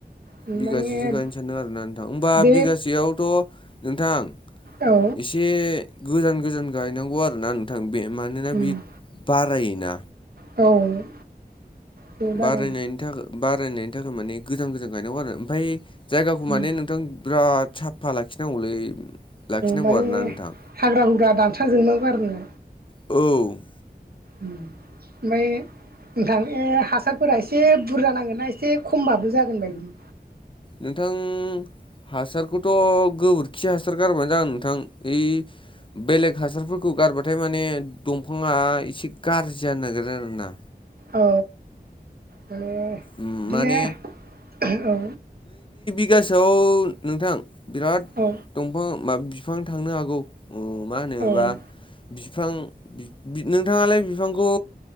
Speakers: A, on the right; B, on the left.
A: माने
B: बिगासेसो गायनो सानदों आरो ना नोंथां होमबा
A: बे
B: बिगासेयावथ' नोंथां।
A: औ
B: एसे गोजान गोजान गायनांगौ आरोना नोंथां। बे मानोना
A: उम
B: बि बारायोना
A: औ। बे बारा
B: बारायनायनि थाखाय बारायनायनि थाखाय माने गोजान गोजान गायनांगौ आरो ओमफ्राय जायगाखौ
A: उम
B: माने नोंथां बिराद साफा लाखिनांगौलै। लाखिनांगौ
A: माने
B: आरोना नोंथां
A: हाग्रा हुग्रा दानस्रा जोबनांगौ आरोना
B: औ।
A: ओमफ्राय। नोंथां ए हासारफोरा एसे बुरजा नांगोनना एसे खमबाबो जागोन बायदि
B: नोंथां हासारखौथ' गोबोरखि हासार गारबानो जागोन नोंथां ओइ बेलेग हासारफोरखौ गारबाथाय माने दंफाङा एसे गाज्रि जानो नागिरो आरो ना?
A: औ माने
B: उम
A: बिदिनो
B: माने
A: औ।
B: बिगासेआव नोंथां बिराद
A: औ
B: दंफां माबा बिफां थांनो हागौ। अ मा होनोबा
A: औ
B: बिफां नोंथाङालाय बिफांखौ?